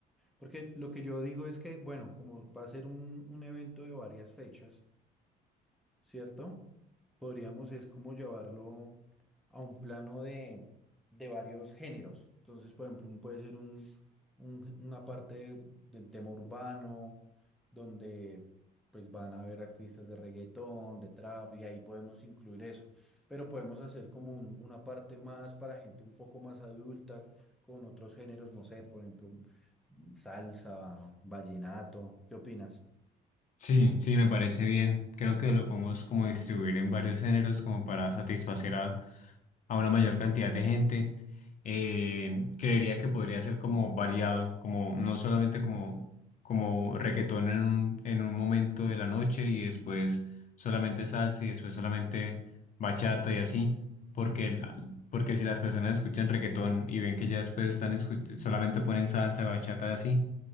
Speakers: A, in the centre; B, on the left.
A: porque lo que yo digo es que, bueno, como va a ser un un evento de varias fechas, ¿cierto? Podríamos es como llevarlo a un plano de, de varios géneros. Entonces, por ejemplo, un- puede ser un, un- una parte del tema urbano, donde pues van a haber artistas de reggaetón, de trap, y ahí podemos incluir eso. Pero podemos hacer como un- una parte más para gente un poco más adulta, con otros géneros, no sé, por ejemplo, salsa, vallenato. ¿Qué opinas?
B: Sí, sí, me parece bien. Creo que lo podemos como distribuir en varios géneros como para satisfacer a, a una mayor cantidad de gente. Eh, creería que podría ser como variado, como no solamente como, como reggaetón en un, en un momento de la noche y después solamente salsa y después solamente bachata y así, porque, la- porque si las personas escuchan reggaetón y ven que ya después están escu- solamente ponen salsa, bachata y así